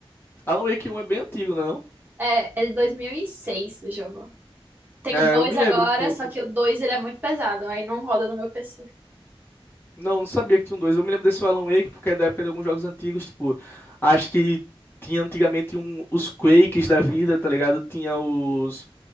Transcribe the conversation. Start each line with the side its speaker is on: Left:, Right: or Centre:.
Left: Alan Wake um é bem antigo, não?
Right: É, é de 2006 o jogo.
Left: é não?
Right: Tem o
Left: É,
Right: 2
Left: eu me
Right: agora,
Left: lembro um pouco.
Right: só que o 2 ele é muito pesado, aí não roda no meu PC.
Left: Não, não sabia que tinha um dois. Eu me lembro desse Alan Wake porque é da época de alguns jogos antigos, tipo, acho que tinha antigamente um, os Quakes da vida, tá ligado? Tinha os